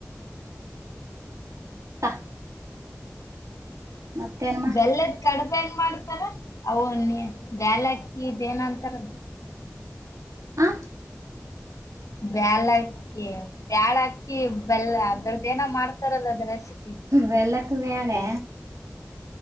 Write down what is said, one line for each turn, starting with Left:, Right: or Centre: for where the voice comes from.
Right: ತಾ.. ಮತ್ತೇನು
Left: ಬೆಲ್ಲದ್ ಕಡ್ಬ ಹೆಂಗ ಮಾಡ್ತಾರೆ ಅವನ ಬ್ಯಾಲ ಅಕ್ಕಿ ಇದೇನ ಅಂತಾರಲ್ಲ.
Right: ಆ
Left: ಬ್ಯಾಲಕಿ ಬ್ಯಾಳಕ್ಕಿ ಬೆಲ್ಲ ಅದ್ರುದು ಏನೋ ಮಾಡ್ತಾರಲ್ಲ ಅದ್ರು ರೆಸಿಪಿ
Right: ವೆಲ್ಲಕ್ ವೇಳೆ